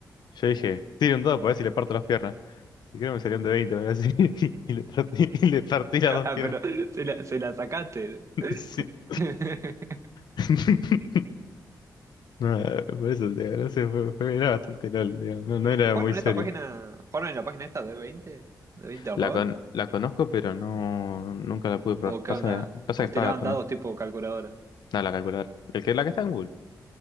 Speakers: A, on the left; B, on the right.
A: Yo dije, tire un dado para ver si le parto las piernas. Y creo que me salieron de 20, o algo así. <laughs> Y le partí, y le partí las dos
B: Ah,
A: piernas.
B: pero se la, se la sacaste.
A: <laughs> Sí.
B: <laughs>
A: <laughs> No, por eso, digo, no sé, fue- fue- era bastante LOL, digo, no, no
B: ¿Y qué-
A: era
B: ¿Jugaron
A: muy
B: en
A: serio.
B: esta página? ¿Jugaron en la página esta de veinte ¿De 20 al
A: La,
B: rol?
A: con, la conozco, pero no, nunca la pude probar.
B: ¿O
A: Pasa,
B: qué onda?
A: pasa
B: ¿O
A: que
B: tiraban
A: paga también.
B: dados tipo calculadora?
A: Nada, la calculadora. El que, la que está en Google.